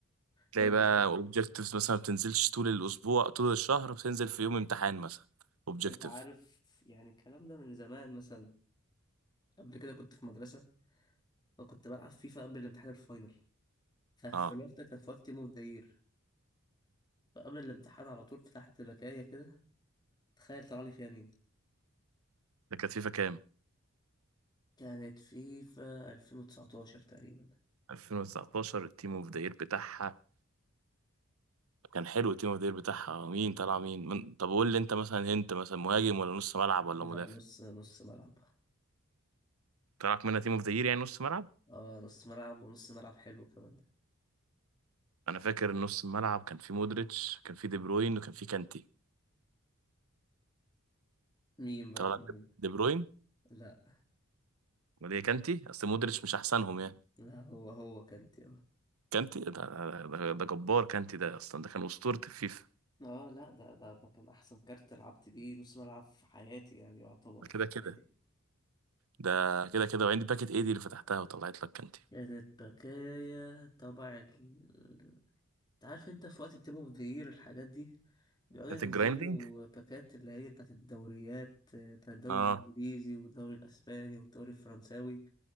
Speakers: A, on the right; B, on the left.
A: تلاقي
B: طب انت
A: بقى
B: عارف
A: اوبجكتيفز مثلا ما بتنزلش طول الاسبوع طول الشهر بتنزل في يوم امتحان مثلا اوبجكتيف
B: انت عارف يعني الكلام ده من زمان مثلا قبل كده كنت في مدرسه وكنت بلعب فيفا قبل الامتحان الفاينل ففي
A: اه
B: الوقت ده كان في وقت تيم اوف ذا يير فقبل الامتحان على طول فتحت بكايه كده تخيل طلع لي فيها مين
A: ده كانت فيفا كام
B: كانت فيفا 2019 تقريبا
A: 2019 التيم اوف ذا يير بتاعها كان حلو التيم اوف ذا يير بتاعها آه، مين طلع مين من... طب قول لي انت مثلا انت مثلا مهاجم ولا نص ملعب ولا
B: لا
A: مدافع
B: نص نص ملعب
A: طلعك منها تيم اوف ذا يير يعني نص ملعب
B: اه نص ملعب ونص ملعب حلو كمان ده
A: انا فاكر نص الملعب كان في مودريتش كان في دي بروين وكان في كانتي
B: مين بقى
A: طلع
B: مين
A: لك دي بروين
B: لا
A: امال ايه كانتي اصل مودريتش مش احسنهم يعني
B: لا هو هو كانت
A: كانتي ده, ده, ده جبار كانتي ده اصلا ده كان اسطوره الفيفا
B: اه لا ده ده ده كان احسن كارت لعبت بيه نص ملعب في حياتي يعني يعتبر في
A: ده كده كده
B: حياتي
A: ده كده كده وعندي باكت ايه دي اللي فتحتها وطلعت لك كانتي
B: كانت بكايا تبع ال... انت عارف انت في وقت التيم اوف ذا يير الحاجات دي بيقعدوا
A: بتاعت
B: ينزلوا
A: الجرايندنج
B: باكات اللي هي بتاعت الدوريات آه، بتاع الدوري
A: اه
B: الانجليزي والدوري الاسباني والدوري الفرنساوي